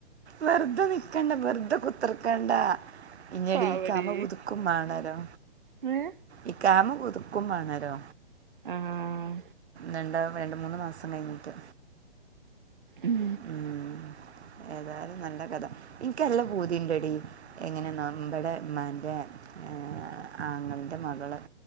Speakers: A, on the right (about 80°); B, on the right (about 50°).
A: വെറുതെ നിക്കണ്ട വെറുതെ കുത്തിർക്കണ്ട ഇന്നട്
B: പാവടീ
A: ഈ കാമ പുതുക്കുംമാണരോ
B: ഏ
A: ഈ കാമ പുതുക്കും മണരോ
B: ആഹ്
A: രണ്ട രേണ്ട് മൂന്ന് മാസം കയിഞ്ഞിട്ട്
B: ഉം
A: ഉം ഏതായാലും നല്ല കഥ ഇൻക്ക് നല്ല പൂതിണ്ടടി എങ്ങനെന്നോ ബടെ ഇമ്മാന്റെ
B: <inaudible>
A: അ ആങ്ങളന്റെ മകള്